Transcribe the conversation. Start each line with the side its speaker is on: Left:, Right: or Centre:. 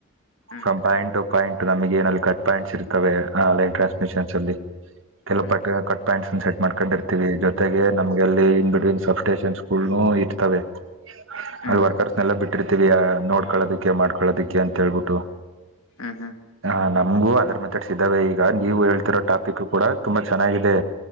Left: ಹ್ಮ್
Right: ಫ್ರಮ್ ಪಾಯಿಂಟೂ ಪಾಯಿಂಟ್ ನಮಗೆ ಏನ್ ಕಟ್ ಪಾಯಿಂಟ್ಸ್ ಇರ್ತವೆ ಆನ್ ಲೈನ್ ಟ್ರಾನ್ಸ್ಮಿಷನ್ಸ್ ಅಲ್ಲಿ ಕೆಲ
Left: ಹ್ಮ್
Right: ಪಟ್ ಕಟ್ ಪಾಯಿಂಟ್ಸ್ ನಾ ಸೆಟ್ ಮಾಡ್ಕೊಂಡಿರ್ತೀವಿ ಜೊತೆಗೆ ನಮ್ಗೆಲ್ಲಿ ಇನ್ ಬಿಟ್ವೀನ್ ಸಬ್ ಸ್ಟೇಷನ್ಸ್ ಗಳನ್ನು ಇರ್ತವೆ.
Left: ಹ್ಮ್
Right: ಅಲ್ಲಿ ವರ್ಕರ್ಸ್ನೆಲ್ಲಾ ಬಿಟ್ಟಿರ್ತೀವಿ ನೋಡ್ಕೊಳ್ಳೋದಿಕ್ಕೆ ಮಾಡ್ಕೊಳೋದಿಕ್ಕೆ ಅಂತ ಹೇಳ್ಬಿಟ್ಟು.
Left: ಹ್ಮ ಹ್ಮ
Right: ಹ ನಮಗೂ ಅದರ್ ಮೆತೆಡ್ಸ್ ಇದ್ದಾವೆ ಈಗ ನೀವು ಹೇಳ್ತಿರೋ ಟಾಪಿಕ್ ಕೂಡ ತುಂಬಾ ಚೆನ್ನಾಗಿದೆ.